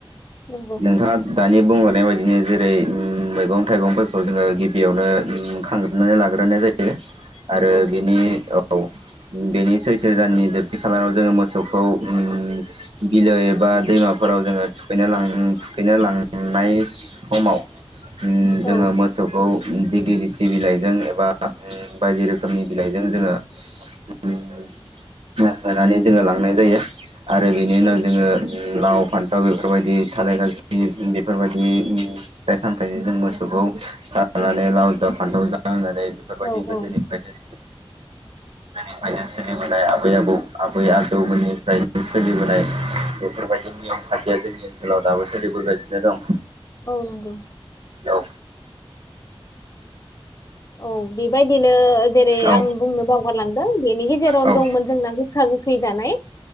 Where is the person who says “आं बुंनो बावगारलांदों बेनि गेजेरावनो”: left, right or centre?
Left